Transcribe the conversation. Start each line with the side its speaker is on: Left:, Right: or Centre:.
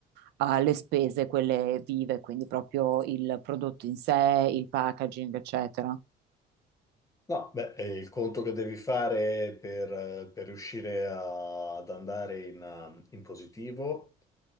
Right: eh, le spese, quelle vive, quindi proprio il prodotto in sé, il packaging, eccetera.
Left: No, beh, è il conto che devi fare per, eh, per riuscire a- ad andare in, eh, in positivo,